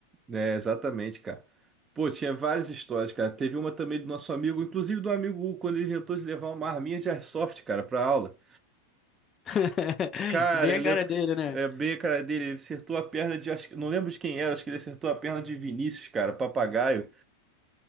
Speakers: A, on the right; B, on the left.
A: É, exatamente, cara. Pô, tinha várias histórias, cara. Teve uma também do nosso amigo, inclusive do amigo Hugo, quando ele inventou de levar uma arminha de airsoft, cara, pra aula.
B: <laughs>
A: Cara,
B: Vem
A: ele
B: a
A: lembro.
B: cara dele, né?
A: É bem a cara dele, ele acertou a perna de. Acho, que- não lembro de quem era, acho que ele acertou a perna de Vinícius, cara, papagaio.